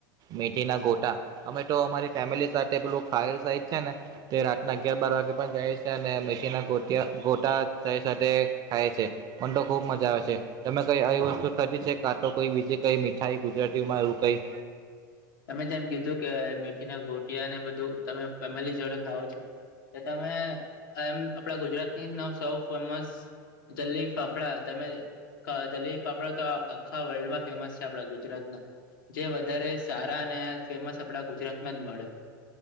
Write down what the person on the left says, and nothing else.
તમે જેમ કીધું કે મેથી ના ગોટ <unintelligible> ને બધું તમે ફેમિલી જોડે ખાઓ છો તમે એમ આપડા ગુજરાત ન <unintelligible> સૌ ફેમસ જલેબી ફાફડા તમે જલે આપડા તો આખા વર્લ્ડમાં ફેમસ છે આપડા ગુજરાતના જે વધારે સારા અને ફેમસ આપડા ગુજરાત માં જ મળે.